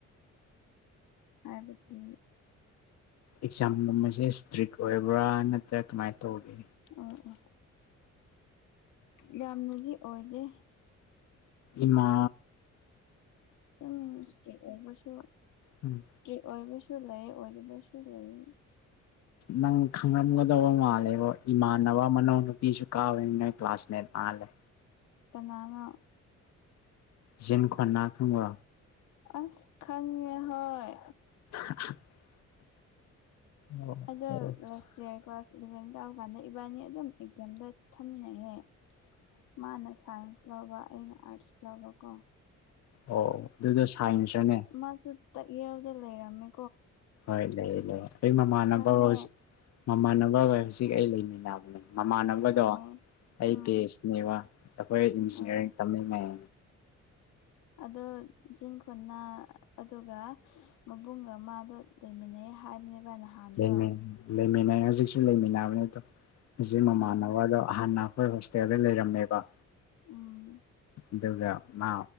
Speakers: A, on the left (about 85°); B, on the left (about 60°).
A: ꯍꯥꯏꯕꯆꯤ
B: ꯑꯦꯛꯖꯥꯝꯒꯨꯝꯕꯁꯦ ꯏꯁꯇ꯭ꯔꯤꯛ ꯑꯣꯏꯔꯕ꯭ꯔꯥ ꯅꯠꯇ꯭ꯔꯥ ꯀꯃꯥꯏꯅ ꯇꯧꯒꯦ
A: ꯑꯣ ꯑꯣ ꯌꯥꯝꯅꯗꯤ ꯑꯣꯏꯗꯦ
B: ꯏꯃ
A: ꯎ ꯏꯁꯇꯔꯤ ꯑꯣꯏꯕꯁꯨ ꯏꯁꯇꯔꯤ
B: ꯎꯝ
A: ꯑꯣꯏꯕꯁꯨ ꯁꯨ ꯂꯩꯦ ꯑꯣꯖꯕꯁꯨ ꯂꯩꯏꯦ
B: ꯅꯪ ꯈꯪꯂꯝꯝꯒꯗꯕ ꯃꯥꯜꯂꯦꯕ ꯏꯃꯥꯟꯅꯕ ꯃꯅꯥꯎꯅꯨꯄꯤꯁꯨ ꯀꯥꯋꯦ ꯅꯪ ꯀ꯭ꯂꯥꯁꯃꯦꯦꯠ ꯑꯂꯦ
A: ꯏ ꯅꯅ
B: ꯖꯤꯟ ꯈꯣꯟꯅꯥ ꯊꯪꯣ
A: ꯑꯁ ꯈꯪꯉꯦ ꯍꯣꯏ
B: <inaudible> ꯑꯣ
A: ꯑꯗ ꯔꯁꯤ ꯀ꯭ꯂ ꯏꯂꯚꯦꯟ ꯇꯧꯔꯀꯥꯟꯗ ꯏꯕꯥꯅꯤ ꯑꯗꯨꯝ ꯑꯦꯛꯖꯥꯝꯗ ꯊꯝꯃꯤꯟꯅꯩꯍꯦ ꯃꯥꯅ ꯁꯥꯏꯟꯁ ꯂ ꯏꯩꯅ ꯑꯔꯠꯁ ꯂ ꯀꯣ
B: ꯑꯣ ꯑꯗꯨꯗꯣ ꯁꯥꯏꯟꯁꯔꯅꯦ
A: ꯃꯥꯁꯨ ꯇꯥꯛꯌꯦꯜꯗ ꯂꯩꯔꯝꯃꯦ
B: ꯍꯣꯏ ꯂꯩꯦ ꯂꯩꯦ ꯑꯩ ꯃꯃꯥꯟꯅꯕꯔꯣ
A: ꯈꯪꯉꯦ
B: ꯍꯧꯖꯤꯛ ꯃꯃꯥꯟꯅꯕꯔꯣꯏ ꯍꯧꯖꯤꯛ ꯑꯩ ꯂꯩꯃꯤꯟꯅꯕꯅꯦ ꯃꯃꯥꯟꯅꯕꯗꯣ
A: ꯑꯣ
B: ꯑꯩ
A: ꯎꯝ
B: ꯕꯤꯁꯅꯦꯕ ꯑꯩꯈꯣꯏ ꯏꯟꯖꯤꯅꯤꯌꯥꯔꯤꯡ
A: ꯑꯣ
B: ꯇꯝꯃꯤꯉꯩ
A: ꯑꯗꯣ ꯖꯤꯟ ꯈꯨꯅ ꯑꯗꯨꯒ ꯃꯕꯨꯡꯒ ꯃꯥꯗ ꯂꯩꯃꯤꯟꯅꯩ ꯍꯥꯏꯕꯅꯦꯕ ꯅꯍꯥꯟꯗꯣ
B: ꯂꯩꯃꯤꯟ ꯂꯩꯃꯤꯟꯅꯩ ꯍꯧꯖꯤꯛꯁꯨ ꯂꯩꯃꯤꯟꯅꯕꯅꯤ ꯑꯗꯣ ꯍꯧꯖꯤꯛ ꯃꯃꯥꯟꯅꯕꯗꯣ
A: ꯑ ꯑꯣ
B: ꯍꯥꯟꯅ ꯑꯩꯈꯣꯏ ꯍꯣꯁꯇꯦꯜꯗ ꯂꯩꯔꯝꯃꯦꯕ
A: ꯎꯝ
B: ꯑꯗꯨꯒꯗꯨ ꯃꯥ